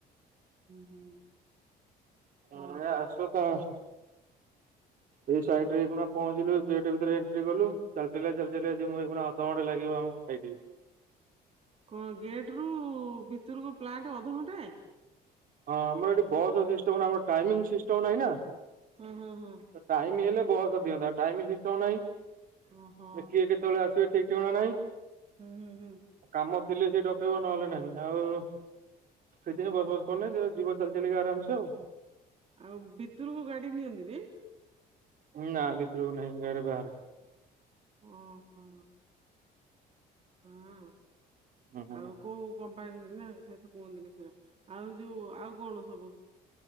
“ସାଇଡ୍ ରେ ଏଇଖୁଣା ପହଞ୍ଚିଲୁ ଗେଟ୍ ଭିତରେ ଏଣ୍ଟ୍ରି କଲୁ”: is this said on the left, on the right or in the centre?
Right